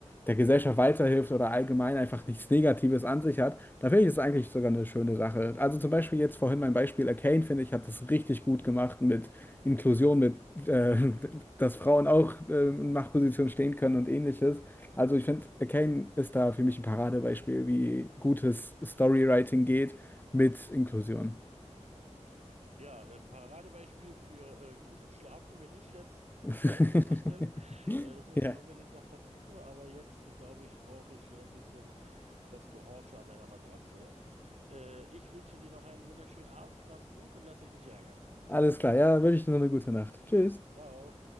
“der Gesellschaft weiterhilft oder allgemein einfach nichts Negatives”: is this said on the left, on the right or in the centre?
Left